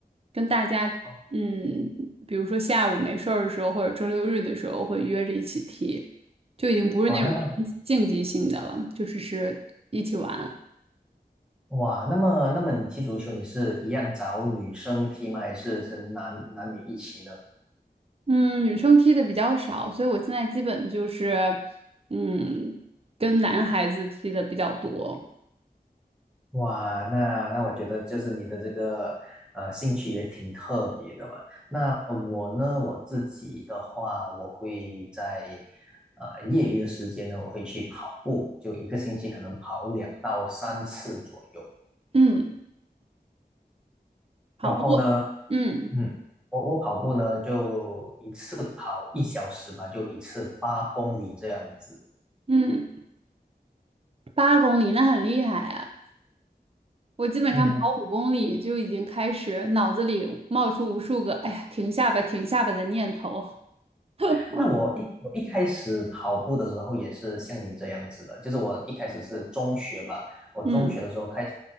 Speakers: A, on the right (about 35°); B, in the centre.
A: 跟大家，
B: 哦，
A: 嗯，比如说下午没事儿的时候，或者周六日的时候会约着一起踢，就已经不是那种偏竞技性的了，
B: 哦那么
A: 就是是一起玩。
B: 哇，那么那么你踢足球，你是一样找女生踢吗？还是是男男女一起呢？
A: 嗯，女生踢的比较少，所以我现在基本就是，嗯，跟男孩子踢的比较多。
B: 哇，那那我觉得就是你的这个呃兴趣也挺特别的嘛。那我呢，我自己的话，我会在呃业余的时间呢，我会去跑步，就一个星期可能跑两到三次左右。
A: 嗯，跑步，
B: 然后呢，
A: 嗯
B: 嗯，我我跑步呢就一次跑一小时吧，就一次八公里这样子。
A: 嗯，八公里那很厉害啊。我基本上跑五公里就已经开始脑子里冒出无数个“哎呀，
B: 嗯，
A: 停下吧，停下吧”的念头。<laughs>
B: 那我一我一开始跑步的时候也是像你这样子的，就是我一开始是中学吧，我中学的时候开始
A: 嗯